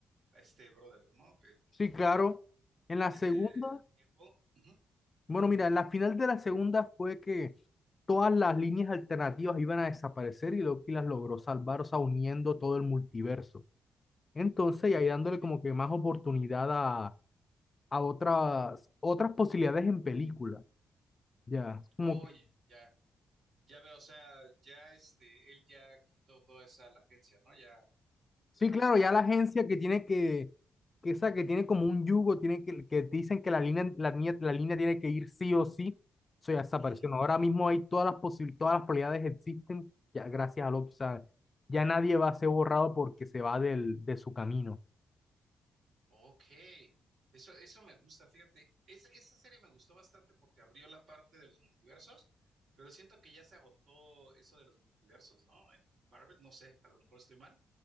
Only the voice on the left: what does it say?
sí, claro, en la
segunda
Bueno, mira, en la final de la segunda fue que todas las líneas alternativas iban a desaparecer y Loki las logró salvar, o sea, uniendo todo el multiverso. Entonces, y ahí
dándole como que más oportunidad a, a otras, otras posibilidades en película. Ya, como
Sí,
claro,
ya
la agencia que tiene que, que esa que tiene como un yugo, tiene que, que dicen que la línea, la línea, la línea tiene que ir sí o sí, eso ya desapareció.
¿no? Ahora mismo hay todas las posibilidades, todas las probabilidades existen, ya gracias a lo que sabe. Ya nadie va a ser borrado porque se va del, de su camino.